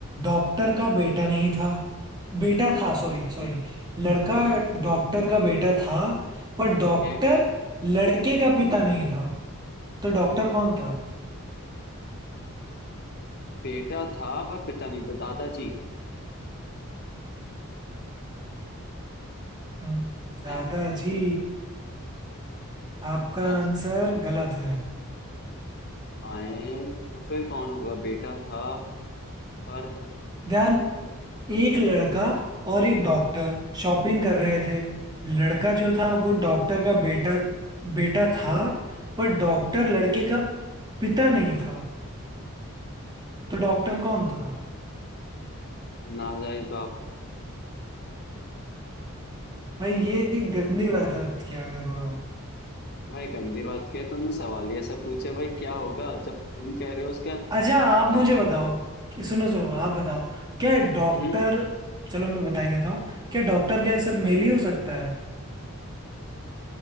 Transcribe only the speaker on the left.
अच्छा ठीक
है।
हम्म
ठीक
है
बेटा था पर पिता नहीं था दादाजी
हैं
क्या
सर
आए तो फिर कौन होगा बेटा था पर
पर
हाँ
नाजायज बाप
भाई गंदी बात किया तुमने सवाल ही ऐसा पूछे भाई क्या होगा जब तुम कह रहे हो उसका
पिता
था
हाँ
हम्म